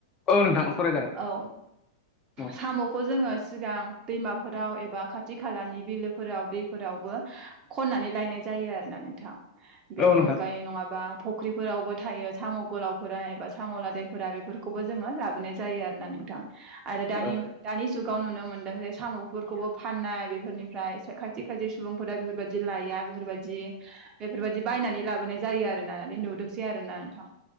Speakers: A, on the left; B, on the right.
A: औ नोंथां सावरायजागोन
B: औ
A: औ
B: सामखौ जोंङो। सिगां दैमाफोराव एबा खाथि खालानि बिलोफोराव दैफोरावबो खननानै लायनाय जायो आरोना नोंथां बेनि
A: औ नोंथां
B: अनगायै नङाबा फुख्रिफोरावबो थायो साम गोलावफोरा एबा साम लादायफोरा बेफोरखौबो जोंङो लाबोनाय जायो आरो ना नों नोंथां आरो दानि
A: औ
B: दानि जुगाव नुनो मोन्दों जे सामफोरखौबो फाननाय बेफोरनिफ्राय खायसे खायसे सुबुंफोरा बेफोरबायदि लायो बेफोरबायदि बेफोरबायदि बिदि बायनानै लाबोनाय जायो आरोना नुदोंसै आरोना नोंथां।